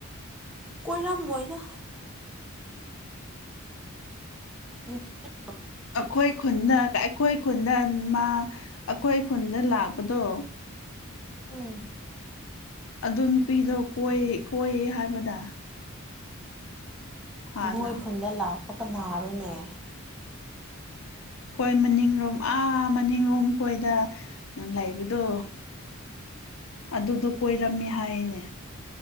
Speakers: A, in the centre; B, on the left.
A: ꯀꯣꯏꯔꯝꯃꯣꯏꯗ ꯎ <unintelligible>
B: ꯑꯩꯈꯣꯏ ꯈꯨꯟꯗ ꯑꯩꯈꯣꯏ ꯈꯨꯟꯗ ꯃꯥ ꯑꯩꯈꯣꯏ ꯈꯨꯟꯗ ꯂꯥꯛꯄꯗꯣ
A: ꯎꯝ
B: ꯑꯗꯨ ꯅꯨꯄꯤꯗꯣ ꯀꯣꯏ ꯀꯣꯏꯌꯦ ꯍꯥꯏꯕꯗ ꯍꯥꯟꯅ
A: ꯅꯣꯏ ꯈꯨꯟꯗ ꯂꯥꯛꯄꯒ ꯅꯥꯔꯣꯅꯦ
B: ꯍꯣꯏ ꯃꯅꯤꯡꯔꯣꯝ ꯑꯥ ꯃꯅꯤꯡꯔꯣꯝ ꯈꯣꯏꯗ ꯎꯝ ꯂꯩꯕꯗꯣ ꯑꯗꯨꯗꯣ ꯀꯣꯏꯔꯝꯃꯦ ꯍꯥꯏꯌꯦꯅꯦ